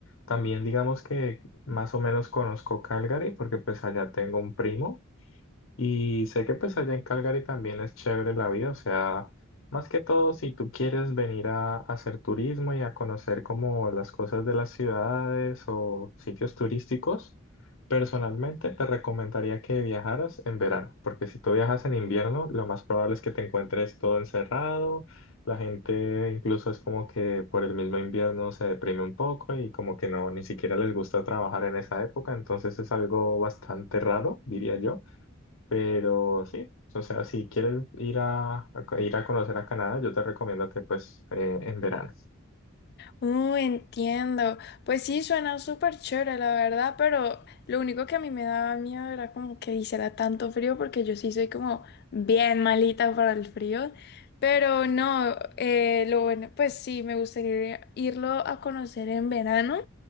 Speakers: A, on the left; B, on the left.
A: También digamos que más o menos conozco Calgary porque pues allá tengo un primo. Y sé que pues allá en Calgary también es chévere la vida, o sea, más que todo si tú quieres venir a, a hacer turismo y a conocer como las cosas de las ciudades o sitios turísticos, personalmente te recomendaría que viajaras en verano, porque si tú viajas en invierno, lo más probable es que te encuentres todo encerrado, la gente incluso es como que por el mismo invierno se deprime un poco y como que no, ni siquiera les gusta trabajar en esa época, entonces es algo bastante raro, diría yo. Pero sí, o sea, si quieres ir a, a co- ir a conocer a Canadá, yo te recomiendo que pues eh, en verano.
B: Uh, entiendo. Pues sí, suena súper chévere, la verdad, pero lo único que a mí me daba miedo era como que hiciera tanto frío, porque yo sí soy como bien malita para el frío. Pero no, eh, lo bueno, pues sí, me gustaría irlo a conocer en verano.